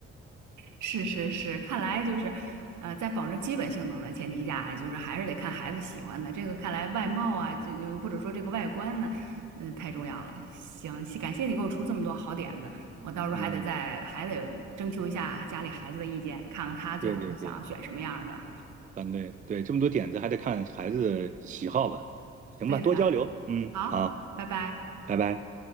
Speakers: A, on the right; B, on the right.
A: 是是是，看来就是，呃，在保证基本性能的前提下，就是还是得看孩子喜欢的。这个看来外貌啊，就就或者说这个外观呢，嗯、太重要了。行，谢感谢你给我出这么多好点子，我到时候还得再还得征求一下家里孩子的意见，
B: 嗯，
A: 看看他最后想选什么样儿的。
B: 对对对，反对对，这么多点子还得看孩子的喜好吧。行吧，
A: 对的，
B: 多交流。嗯，
A: 好，
B: 好，
A: 拜拜。
B: 拜拜。